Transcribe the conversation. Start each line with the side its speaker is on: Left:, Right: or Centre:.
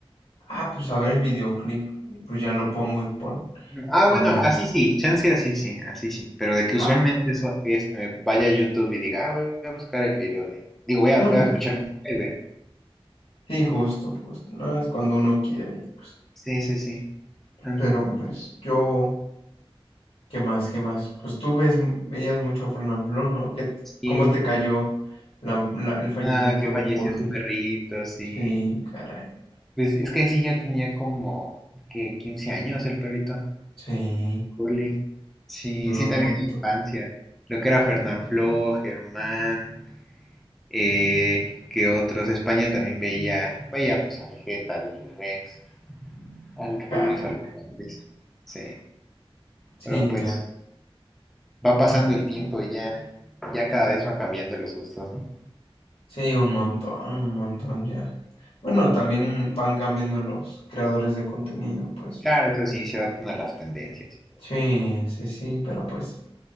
Left: ah, pues a ver el videoclip. Y pues ya lo pongo y pon
Centre: no. Ah,
Left: con
Centre: bueno,
Left: la.
Centre: así sí, chance así sí, así sí. Pero de que
Left: Ah,
Centre: usualmente eso, este, me vaya a YouTube y diga, ah, voy a buscar el video de. Digo, voy a,
Left: no,
Centre: voy a
Left: no.
Centre: escuchar música
Left: Sí, justo, justo. No es cuando uno quiere. y pues,
Centre: Sí, sí, sí. Mm,
Left: pero pues yo. ¿Qué más? ¿Qué más? Pues tú ves, veías mucho Fran and Flow, ¿no? ¿Qué,
Centre: sí.
Left: cómo te cayó la- la- el fallecimiento
Centre: Ah, que
Left: de
Centre: falleció
Left: Curly?
Centre: su perrito, sí.
Left: Sí, caray.
Centre: Pues es que sí, ya tenía como que 15 años el perrito,
Left: Sí,
Centre: Curly. Sí,
Left: duró
Centre: sí,
Left: un
Centre: también
Left: montón.
Centre: de infancia. Lo que era Fernanfloo, Germán, eh, que otros. España también veía, veía pues a Vegeta, a Willy Rex, al Rubius,
Left: Caray.
Centre: a los grandes. Sí,
Left: Sí,
Centre: pero pues
Left: ya.
Centre: va pasando el tiempo y ya, ya cada vez va cambiando los gustos, ¿no?
Left: Sí, un montón, un montón ya. Bueno, también van cambiando los creadores de contenido, pues.
Centre: Claro, eso sí, se adaptan a las tendencias.
Left: Sí, sí, sí, pero pues